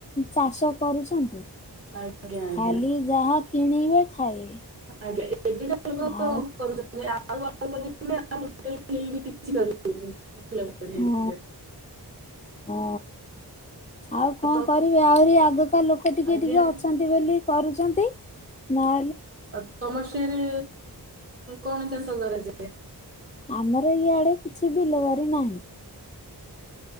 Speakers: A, on the left; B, on the right.
A: ଚାଷ କରୁଛନ୍ତି?
B: ଆଜ୍ଞା ଆଜ୍ଞା
A: ଖାଲି ଯାହା କିଣିବେ? ଖାଇବେ
B: ଆଜ୍ଞା ଏବେ ତ
A: ଆଉ
B: କରୁଛନ୍ତି ଆଉ ଅଳ୍ପ ଦିନରେ ଆଉ ଟୋଟାଲି କେହିବି କିଛି କରିପାରିବେ ନି। <inaudible>
A: ହଁ
B: ଯେ
A: ହଁ ଆଉ କଣ
B: ତମ
A: କରିବି ଆହୁରି ଆଗକାା ଲୋକ ଟିକେ
B: ଆଜ୍ଞା
A: ଟିକେ ଅଛନ୍ତି ବୋଲି କରୁଛନ୍ତି। ନା
B: ଆଉ ତମର ସେରେ କଣ ଚାଷ କରାଯାଏ?
A: ଆମର ଇଆଡେ କିଛି ବିଲବା ନାହିଁ।